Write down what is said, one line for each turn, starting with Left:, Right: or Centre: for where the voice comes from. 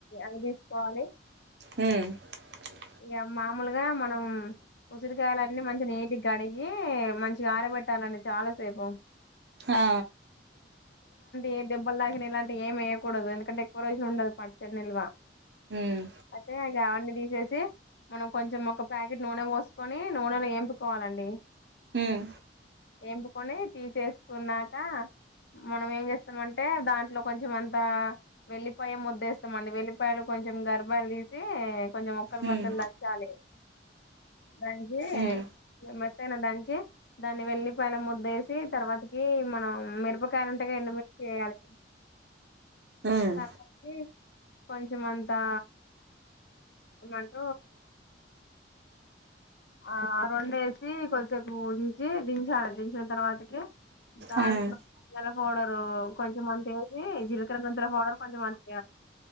Left: ఐదు తీసుకోవాలి
Right: మ్
Left: ఇగా మామూలుగా మనం ఉసిరికాయలన్నీ మంచి నీటి కడిగి మంచిగా ఆరబేటీ ఉంచాలి అండి చాలా సేపు
Right: ఆ
Left: ఏ దెబ్బలు దాకినా ఇలాంటి ఏమియకూడదు ఎందుకంటే ఎక్వ రోజులు ఉండదు పచ్చడి నిల్వా
Right: ఉమ్
Left: అయితే అవన్నీ తీసేసి మనం కొంచెం ఒక ప్యాకెట్ నూనె పోసుకొని నూనెలో వేంపుకోవాలండి
Right: ఉమ్
Left: వేంపుకొని తిస్స్కున్నాక మనం ఏం చేస్తామంటే దాంట్లో కొంచెం అంత వెల్లిపాయ ముద్దేస్తామండి వెల్లిపాయలు కొంచెం కొంచెం గర్భాలు తీసి కొంచెం మొక్కలు
Right: ఉమ్
Left: బద్దలు దచ్చాలి దంచి
Right: ఉమ్
Left: ఎమ్మత్తయినా దంచి దాన్ని వెల్లిపాయన ముద్దేసి తర్వాత మనం మిరపకాయలుంటేగా ఎండు మీర్చి చేయాలి
Right: ఉమ్
Left: తరవాతకీ కొంచెం అంతా ఏమాంట ఆ రెండు వేసి కొద్దిసేపు ఉంచి దించాలి దించిన తర్వాతకి దాంట్లో
Right: ఉమ్
Left: దన్యాల పోడరు కొంచెంమంత ఏ జీలకర్ర మెంతలు పోడరు కొంచెంమంత <inaudible>